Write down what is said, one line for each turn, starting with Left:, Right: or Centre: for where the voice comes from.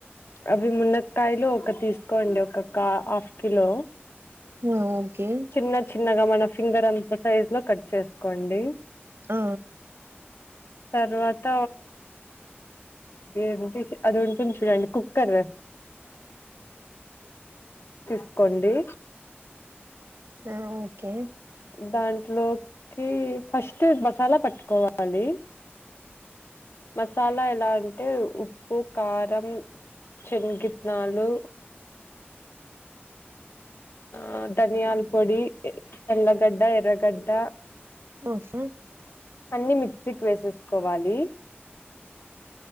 Left: అవి మునక్కయలు ఒక తీసుకోండి ఒకక్క హాఫ్ కిలో
Right: ఆ ఓకే
Left: చిన్న చిన్నగా మన ఫింగర్ అంత సైజ్ లో కట్ చేసుకోండి
Right: ఆ
Left: తర్వాత ఏంటి అది ఉంటుంది చూడండి కుక్కర్ తీసుకోండి
Right: ఆ ఓకే
Left: దాంట్లోకి ఫస్ట్ మసాలా పట్టుకోవాలి మసాలా ఎలా అంటే ఉప్పు కారం చెన్నగితనాలు ఆ ధనియాల పొడి ఎల్లగడ్డ ఎర్రగడ్డ
Right: బోసు
Left: అన్ని మిక్సీకి వేసేసుకోవాలి